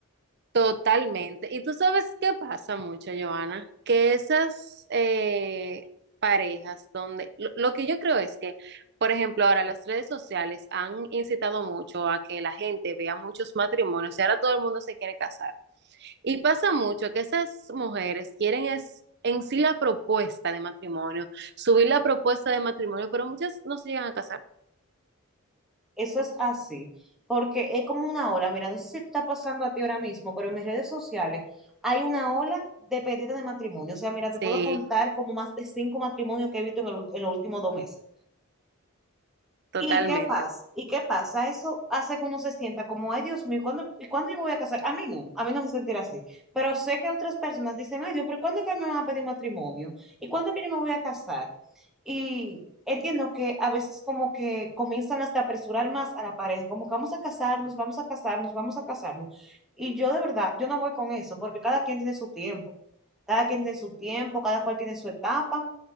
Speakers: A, on the right (about 50°); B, in the centre.
A: totalmente. Y tú sabes qué pasa mucho, Johanna que esas eh, parejas donde lo, lo que yo creo es que, por ejemplo, ahora las redes sociales han incitado mucho a que la gente vea muchos matrimonios y ahora todo el mundo se quiere casar. Y pasa mucho que esas mujeres quieren es en sí la propuesta de matrimonio, subir la propuesta de matrimonio, pero muchas no se llegan a casar.
B: Eso es así, porque es como una ola, mira, no sé si está pasando a ti ahora mismo, pero en mis redes sociales hay una ola de pedidos de matrimonio. O sea, mira,
A: Sí,
B: te puedo contar como más de cinco matrimonios que he visto en, el ul- en los últimos dos meses.
A: totalmente.
B: ¿Y qué pasa? ¿Y qué pasa? Eso hace que uno se sienta como, ay, Dios mío, ¿cuándo, y cuándo yo me voy a casar? A mí no, a mí no me sentirá así. Pero sé que otras personas dicen, ay, Dios, pero ¿cuándo es que me van a pedir matrimonio? ¿Y cuándo es que yo me voy a casar? Y entiendo que a veces como que comienzan hasta a apresurar más a la pareja, como que vamos a casarnos, vamos a casarnos, vamos a casarnos. Y yo de verdad, yo no voy con eso, porque cada quien tiene su tiempo, cada quien tiene su tiempo, cada cual tiene su etapa